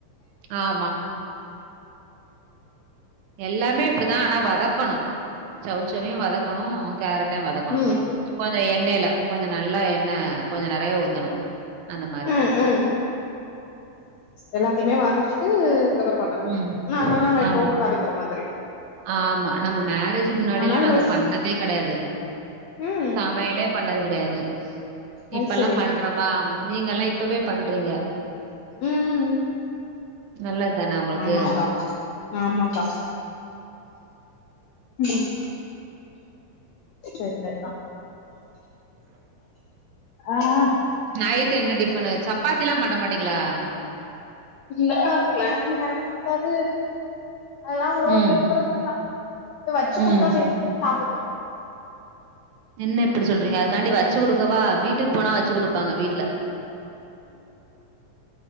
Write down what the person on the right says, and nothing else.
ஆமா எல்லாமே அப்படிதா ஆனா வா தக்கணு சௌச்சவையு வதக்கணு கேரட்டையு வதக்கணு
கொஞ்சோ எண்ணெயில கொஞ்சோ நல்லா எண்ணெய் கொஞ்சோ நறையா ஊத்தணு அந்த மாரி
ம்
ஆமா
ஆமா நம்ம மேரேஜக்கு முன்னாடியேல்லா
நாங்க பண்ணதே கெடையாது
சமையலே பண்ணது கிடையாது
இப்பெ
எல்லா பண்றவா நீங்க எல்லா இப்பவே பண்றீங்க
நல்லது தான உங்களுக்கு
நைட் என்ன டிஃபன்னு சப்பாத்திலா பண்ண மாட்டீங்களா
ம்
ம்
என்ன இப்டி சொல்றீங்க அதுக்காண்டி வச்சு கொடுக்கவா வீட்டுக்கு போனா வச்சு கொடுப்பாங்க வீட்டுல